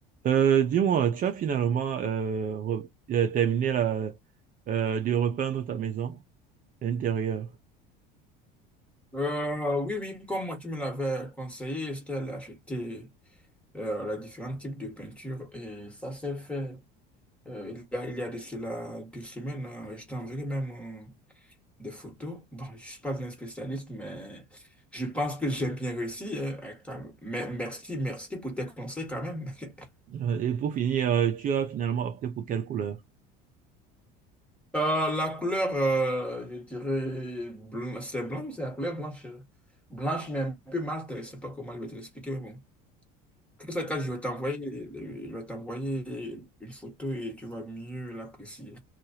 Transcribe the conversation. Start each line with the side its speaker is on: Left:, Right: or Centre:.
Right: Euh, dis-moi, tu as finalement euh, re- euh, terminé la, euh, de repeindre ta maison intérieure.
Centre: Euh, oui, oui, comme moi, tu me l'avais conseillé, je t'ai acheté euh, les différents types de peintures et ça s'est fait. Euh, il y a, il y a de cela deux semaines, euh, je t'enverrai même euh, des photos. <laughs> Bon, je ne suis pas un spécialiste, mais je pense que j'ai bien réussi. hein. Attends, mais merci, merci pour tes conseils quand même. <laughs>
Right: Euh, et pour finir, euh, tu as finalement opté pour quelle couleur?
Centre: Euh, la couleur, euh, je dirais, blanc, c'est blanc, c'est la couleur blanche. Blanche, mais un peu mate, je ne sais pas comment je vais te l'expliquer, mais bon. Dans tous les cas, je vais t'envoyer, je vais t'envoyer une photo et tu vas mieux l'apprécier.